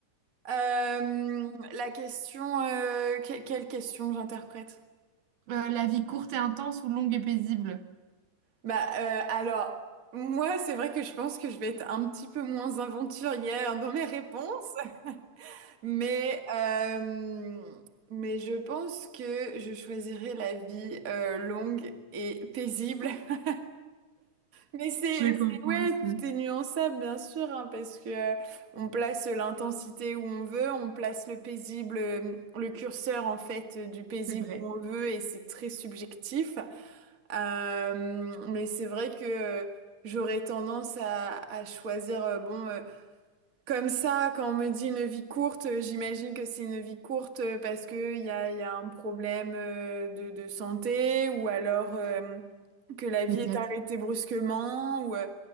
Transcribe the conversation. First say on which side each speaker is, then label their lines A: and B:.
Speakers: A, on the right; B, on the right.
A: Euh, la question, euh, que- quelle question j'interprète?
B: Euh, la vie courte et intense ou longue et paisible?
A: Bah euh, alors moi c'est vrai que je pense que je vais être un petit peu moins aventurière dans mes réponses, mais euh, mais je pense que je choisirais la vie euh, longue et paisible. <laughs> Mais c'est
B: Je
A: c'est
B: comprends
A: ouais
B: aussi.
A: tout est nuançable bien sûr hein, parce que euh, on place l'intensité où on veut, on place le paisible, euh, le curseur en fait du paisible
B: C'est vrai,
A: où on veut et c'est très subjectif. Euh, mais c'est vrai que euh, j'aurais tendance à, à choisir, euh, bon, euh, comme ça, quand on me dit une vie courte, euh, j'imagine que c'est une vie courte euh, parce que il y a, il y a un problème euh, de, de santé ou alors euh, que la vie
B: peut-être.
A: est arrêtée brusquement ou euh,